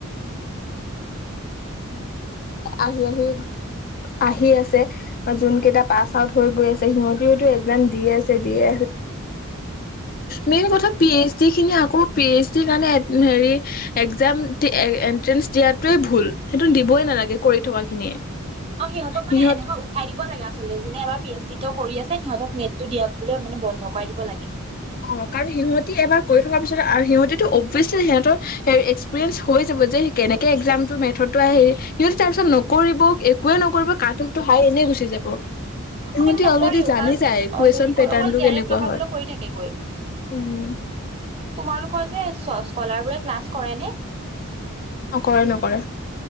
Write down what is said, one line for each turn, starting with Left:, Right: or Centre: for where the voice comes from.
Left: আহি আহি। আহি আছে, যোন কেইটা পাছ আউট হৈ গৈ আছে সিহঁতেওতো একজাম দিে আছে দিয়ে।
Right: সেইটোৱেটো
Left: মেইন কথা পি এইচ। যিখিনি আকৌ পি এইচ ডিৰ কাৰণে হেৰি এক্জাম দি এনট্ৰেঞ্চ দিয়াত। তোয়ে ভুল, সেইটো দিবই নালাগে কৰি থকা খিনিয়ে।
Right: অ, সিহতক
Left: সিহঁত
Right: মানে এনেুৱা উঠাই দিব লাগে আ। জোনে এবাৰ পি এইচ ড কৰি আছে। সিহঁতক নেটটো দিয়লৈ মানে বন্ধ কৰাই দিব লাগে।
Left: অ' কাৰণ সিহঁতি এবাৰ কৰি থকাৰ পিছত আৰু সিহঁতিটো অবভিয়াচলি সিহঁতৰ এক্পিৰিয়েঞ্চ হৈ যাব। যে, কেনেকে এক্জামটো মেথডো হেৰি সিহ তাৰ পিছত নকৰিব একোৱে নকৰিব কানতটো হাই গুচি যাব, সিহঁতি
Right: কিন্তু নকৰেও
Left: অলৰেড জানি
Right: কাৰণ
Left: যায়
Right: অলৰেডি
Left: কুৱেশন পেটাৰ্টো
Right: অকল জে
Left: কেনেকুৱা
Right: আৰ এফ লগাবলৈ
Left: হয়।
Right: কৰি থাকে গৈ
Left: উম।
Right: তোমালোকৰ স্কলাৰ বোৰে ক্লাছ কৰে ন?
Left: নকৰে নকৰে।